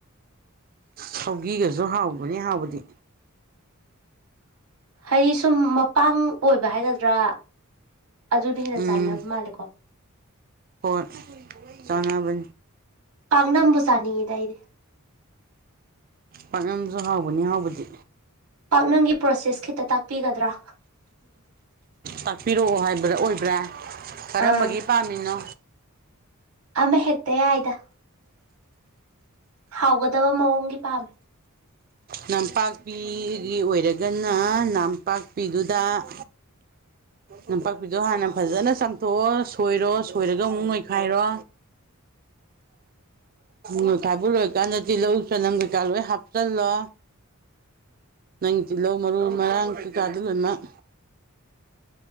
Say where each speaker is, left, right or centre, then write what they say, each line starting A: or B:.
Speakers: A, on the right; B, on the right.
A: ꯁꯧꯒꯤꯒꯁꯨ ꯍꯥꯎꯕꯅꯤ ꯍꯥꯎꯕꯗꯤ
B: ꯍꯥꯏꯗꯤ ꯁꯨꯝ ꯃꯄꯥꯡ ꯑꯣꯏꯕ ꯍꯥꯏꯒꯗ꯭ꯔꯥ ꯑꯗꯨꯅ ꯍꯦꯟꯅ
A: ꯎꯝ
B: ꯆꯥꯟꯅꯕ ꯃꯥꯜꯂꯦꯀꯣ
A: ꯍꯣꯏ ꯆꯅꯕ
B: ꯄꯥꯛꯅꯝꯕꯨ ꯆꯥꯅꯤꯡꯉꯤꯗ ꯑꯩꯗꯤ
A: ꯄꯥꯛꯅꯝꯁꯨ ꯍꯥꯎꯕꯅꯤ ꯍꯥꯎꯕꯗꯤ
B: ꯄꯥꯛꯅꯝꯒꯤ ꯄ꯭ꯔꯣꯁꯦꯁ ꯈꯤꯇ ꯇꯥꯛꯄꯤꯒꯗ꯭ꯔꯥ
A: ꯇꯥꯛꯄꯤꯔꯛꯑꯣ ꯍꯥꯏꯕꯗ ꯑꯣꯏꯕ꯭ꯔꯥ ꯀꯔꯝꯕꯒꯤ
B: ꯑꯥ
A: ꯄꯥꯝꯃꯤꯅꯣ
B: ꯑꯃ ꯍꯦꯛꯇ ꯌꯥꯏꯗ ꯍꯥꯎꯒꯗꯕ ꯃꯑꯣꯡꯒꯤ ꯄꯥꯝꯃꯦ
A: ꯅꯝꯄꯥꯛꯄꯤꯒꯤ ꯑꯣꯏꯔꯒꯅ ꯅꯝꯄꯥꯛꯄꯤꯗꯨꯗ ꯒꯣ ꯂꯝꯝꯄꯥꯛꯄꯤꯗꯣ ꯍꯥꯟꯅ ꯐꯖꯅ ꯆꯥꯝꯊꯣꯛꯑꯣ ꯁꯣꯏꯔꯣ ꯁꯣꯏꯔꯒ ꯑꯃꯨꯛ ꯅꯣꯏꯈꯥꯏꯔꯣ ꯃ ꯈꯥꯏꯕ ꯂꯣꯏꯀꯥꯟꯗ ꯇꯤꯜꯂꯧ ꯆꯅꯝ ꯀꯩꯀꯥ ꯂꯣꯏ ꯍꯥꯞꯆꯜꯂꯣ ꯅꯪ ꯇꯤꯜꯍꯧ ꯃꯔꯨ ꯃꯔꯥꯡ ꯀꯩꯀꯥꯗꯨ ꯂꯣꯏꯅꯃꯛ